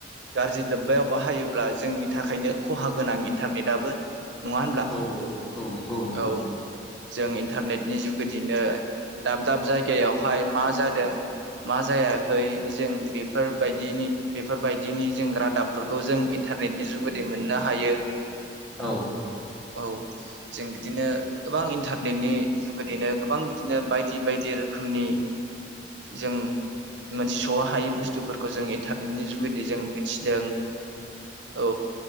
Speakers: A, on the right; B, in the centre.
A: गाज्रि लोब्बायाव बाहायोब्ला जोंनि थाखायनो खहा गोनां इन्टारनेटआबो नङा होनब्ला
B: औ औ औ नंगौ नंगौ
A: औ जों इन्टारनेटनि जुगेदिनो दाब दाब जायगायावहाय मा जादों मा जायाखै जों बेफोरबायदिनि बेफोरबायदिनि जों रादाबफोरखौ जों इन्टारनेटनि जुगेदि मोननो हा हायो
B: औ
A: औ जों बिदिनो गोबां इन्टारनेटनि जुगेदिनो गोबां बिदिनो बायदि बायदि रोखोमनि जों मोनसे स' हायै बुस्थुफोरखौ जों इन्टारनेटनि जुगेदि जों मिथिदों औ